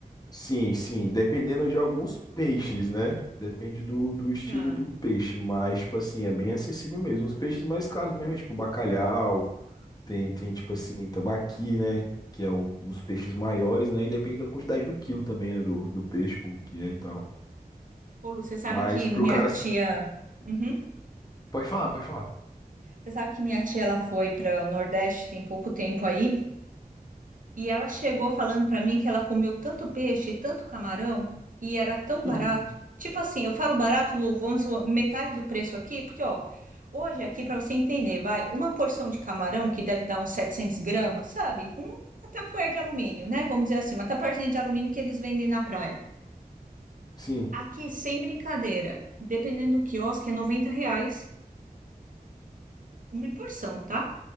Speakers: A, on the left (about 25°); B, on the right (about 60°).
A: Sim, sim, dependendo de alguns peixes, né? Depende do, do estilo
B: Tá.
A: do peixe, mas, tipo assim, é bem acessível mesmo. Os peixes mais caros mesmo, é tipo bacalhau. Tem, tem, tipo assim, tambaqui, né? Que é um dos peixes maiores, né? E depende da quantidade do quilo também, né? Do, do peixe, como que é e tal.
B: Ô, Lu, você sabe
A: Mas
B: que
A: pro
B: minha
A: cara.
B: tia.
A: se-
B: Uhum.
A: Pode falar, pode falar.
B: Você sabe que minha tia ela foi para o Nordeste tem pouco tempo aí, E ela chegou falando pra mim que ela comeu tanto peixe, tanto camarão, e era tão barato.
A: Uhum.
B: Tipo assim, eu falo barato, Lu, vamos supor, metade do preço aqui, porque ó, hoje aqui pra você entender, vai, uma porção de camarão que deve dar uns 700 gramas, sabe? Um- Uma tapuér de alumínio, né? Vamos dizer assim, uma tapuérzinha de alumínio que eles vendem na praia.
A: Sim,
B: Aqui, sem brincadeira, dependendo do quiosque, é 90 reais. Uma porção, tá?